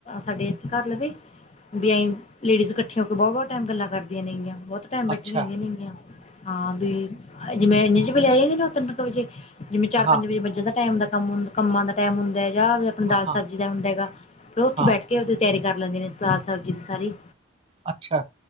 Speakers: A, on the left (about 30°); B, on the right (about 30°).
A: ਸਾਡੇ ਇੱਥੇ ਕਰ ਲਵੇ। ਵੀ ਆਹੀਂ ਲੇਡੀਜ਼ ਇਕੱਠੀਆਂ ਹੋ ਕੇ ਬਹੁਤ ਬਹੁਤ ਟਾਈਮ ਗੱਲਾਂ ਕਰਦੀਆਂ ਨੇ ਗੀਆਂ। ਬਹੁਤ ਟਾਈਮ ਬੈਠੀਆਂ
B: ਅੱਛਾ,
A: ਜਾਂਦੀਆਂ ਨੇ ਗੀਆਂ। ਹਾਂ। ਵੀ ਜਿਵੇਂ ਇਨ ਚ, ਪ ਲਿਆਈੇ। <unintelligible> ਜਿਵੇਂ ਚਾਰ ਪੰਜ
B: ਹਾਂ,
A: ਵਜੇ ਬੱਚੇ ਦਾ ਟਾਈਮ ਹੁੰਦਾ ਕੰਮ ਕੰਮਾਂ ਦਾ ਟਾਈਮ ਹੁੰਦਾ। ਜਾਂ ਫ ਦਾਲ
B: ਹਾਂ,
A: ਸਬਜ਼ੀ ਦਾ ਹੁੰਦਾ ਹੈਗਾ ਫਿਰ ਉਹ ਉੱਥੇ
B: ਹਾਂ,
A: ਬੈਠ ਕੇ ਉਹਦੀ ਤਿਆਰੀ ਕਰ ਲੈਂਦੇ ਨੇ ਦਾਲ ਸਬਜ਼ੀ ਦੀ ਸਾਰੀ।
B: ਅੱਛਾ।